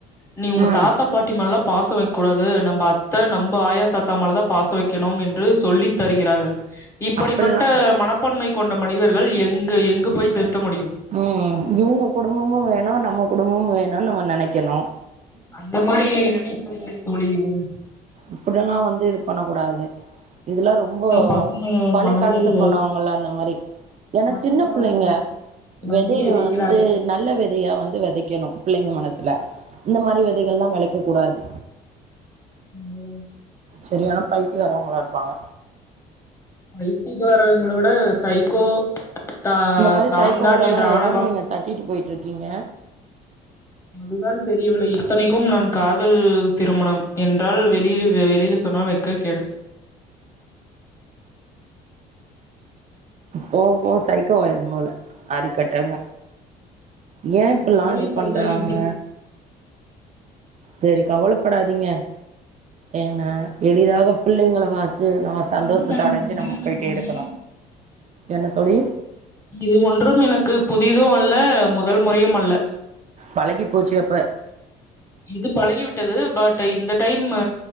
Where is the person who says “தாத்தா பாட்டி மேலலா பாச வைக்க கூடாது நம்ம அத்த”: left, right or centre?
Left